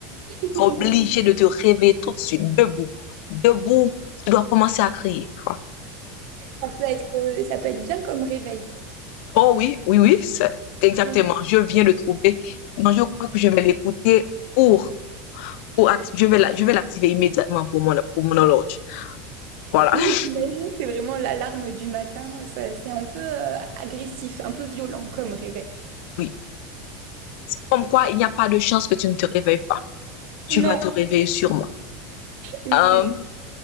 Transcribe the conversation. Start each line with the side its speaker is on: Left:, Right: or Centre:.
Right: <laughs>
Left: tu es obligé de te réveiller tout de suite, debout, debout, tu dois commencer à crier, tu vois.
Right: Ça peut être, euh, ça peut être bien comme réveil.
Left: Oh oui, oui, oui, c'est- exactement.
Right: Mm.
Left: Je viens de trouver. Non, je crois que je vais l'écouter pour, pour, act- je vais la- je vais l'activer immédiatement pour mon, pour mon horloge.
Right: <laughs>
Left: Voilà.
Right: Oui,
Left: <laughs>
Right: imagine, c'est vraiment l'alarme du matin. Ça- C'est un peu euh, agressif, un peu violent comme réveil.
Left: Oui. Comme quoi, il n'y a pas de chance que tu ne te réveilles pas. Tu vas
Right: Non,
Left: te réveiller sûrement.
Right: oui,
Left: Euh,
Right: c'est